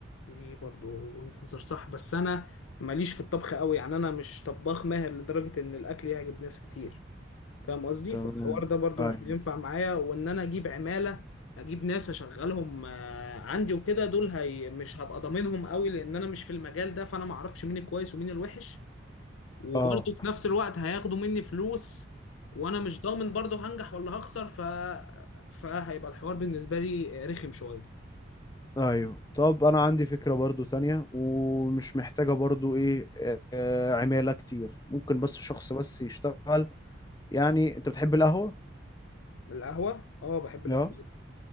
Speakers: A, on the left (about 85°); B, on the left (about 20°).
A: دي برضو وجهة نظر صح بس انا ماليش في الطبخ قوي يعني انا مش طباخ ماهر لدرجه ان الاكل يعجب ناس كتير فاهم قصدي
B: تمام
A: فالحوار ده برضو
B: ايوه
A: مش هينفع معايا وان انا اجيب عماله اجيب ناس اشغلهم آه، عندي وكده دول هي مش هبقى ضامنهم قوي لان انا مش في المجال ده فانا ما اعرفش مين الكويس ومين الوحش وبرضو
B: اه
A: في نفس الوقت هياخدوا مني فلوس وانا مش ضامن برضو هنجح ولا هخسر ف فهيبقى الحوار بالنسبه لي رخم شويه
B: ايوه طب انا عندي فكرة برضو تانية ومش محتاجة برضو ايه آه، عمالة كتير ممكن بس شخص بس يشتغل يعني انت بتحب القهوة؟
A: القهوه اه بحب القهوه
B: اه
A: جدا